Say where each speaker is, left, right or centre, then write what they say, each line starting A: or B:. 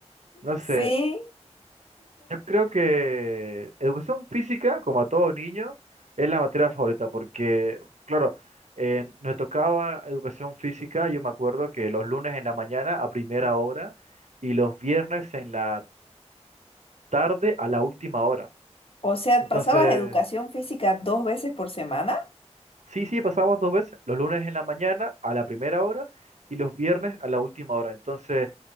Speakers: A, on the right; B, on the left.
A: No
B: Sí,
A: sé. Yo creo que educación física, como a todo niño, es la materia favorita, porque, claro, eh, nos tocaba educación física, yo me acuerdo que los lunes en la mañana a primera hora y los viernes en la tarde a la última hora.
B: o sea,
A: Entonces,
B: ¿pasabas educación física dos veces por semana?
A: sí, sí, pasábamos dos veces, los lunes en la mañana a la primera hora y los viernes a la última hora. Entonces,